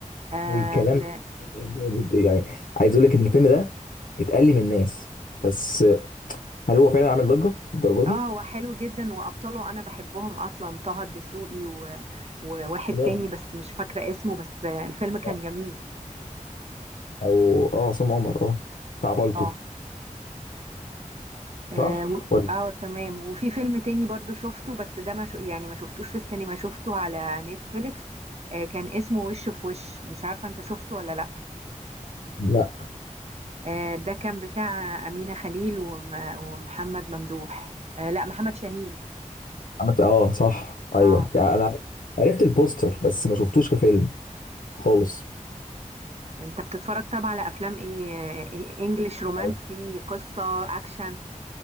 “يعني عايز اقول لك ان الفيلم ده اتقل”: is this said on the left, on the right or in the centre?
Left